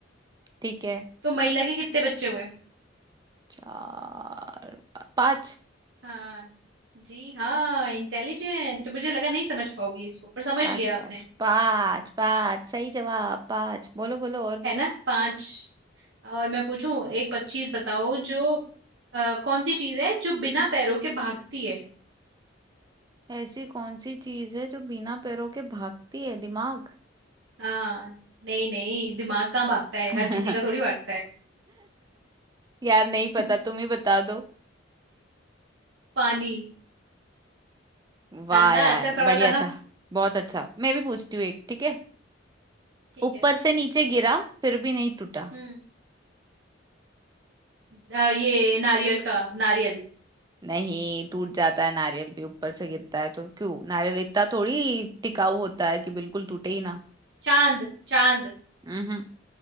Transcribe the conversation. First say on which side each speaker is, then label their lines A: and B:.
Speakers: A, on the right; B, on the right.
A: ठीक है
B: तो महिला के कितने बच्चे हुए
A: चार पांच
B: हाँ जी हाँ इंटेलिजेंट मुझे लगा नहीं समझ पाओगी इसको पर समझ
A: पाँच
B: लिया आपने
A: पाँच पांच पांच सही जवाब पांच बोलो बोलो और बोलो
B: है ना पांच और मैं पूछूं एक पच्चीस बताओ जो अ, कौन सी चीज है जो बिना पैरों के भागती है
A: ऐसी कौन सी चीज है जो बिना पैरों के भागती है दिमाग
B: हाँ नहीं नहीं दिमाग कहाँ भागता है
A: <laughs>
B: हर किसी का थोड़ी भागता है
A: यार नहीं पता
B: <laughs>
A: तुम ही बता दो
B: पानी
A: वाह
B: है ना
A: यार
B: अच्छा
A: बढ़िया
B: सवाल था ना
A: था बहुत अच्छा मैं भी पूछती हूँ एक ठीक है
B: ठीक
A: ऊपर
B: है
A: से नीचे गिरा फिर भी नहीं टूटा
B: हम्म अ, ये नारियल का नारियल
A: नहीं टूट जाता है नारियल भी ऊपर से गिरता है तो क्यों नारियल इतना थोड़ी टिकाऊ होता है कि बिल्कुल टूटे ही ना
B: चांद चांद
A: हम्म